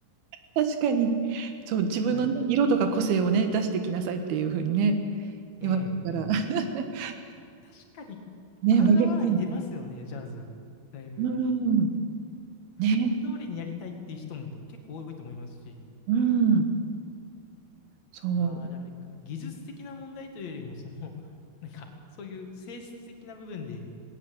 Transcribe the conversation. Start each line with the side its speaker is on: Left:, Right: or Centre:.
Right: 確かに。そう、自分のね、
Left: はい。
Right: 色とか個性をね、出してきなさいっていうふうにね、言われるから。
Left: うんうん。
Right: <laughs>
Left: 確かに、
Right: ね、
Left: 合う合わない出ますよね、
Right: 真逆。
Left: ジャズ。だいぶ。
Right: うん。
Left: 譜面通りにやりたいっていう人も結構多いと思いますし。
Right: ね、うん。そう。
Left: ああ、であれか、技術的な問題というよりも、その、<laughs> なんか、そういう性質的な部分でっ